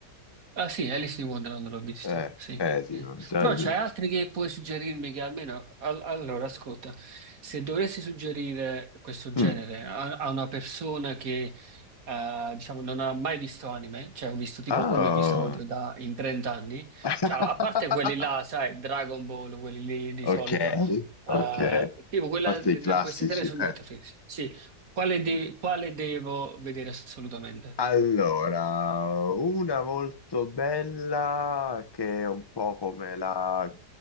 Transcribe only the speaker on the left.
Eh,
eh, tipo,
già...
Eh,
mm.
Ah!
<laughs>
Ok,
ok. A
parte i classici.
eh.
Allora, una molto bella che è un po' come la,